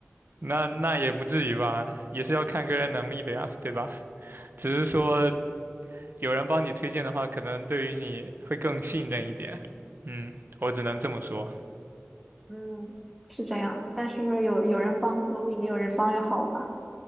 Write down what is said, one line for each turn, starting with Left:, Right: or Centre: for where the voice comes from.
Right: 那那也不至于吧，也是要看个人能力的呀，对吧？只是说有人帮你推荐的话，可能对于你会更信任一点。嗯，我只能这么说。
Centre: 嗯，是这样，但是有有人帮总比没有人帮要好吧？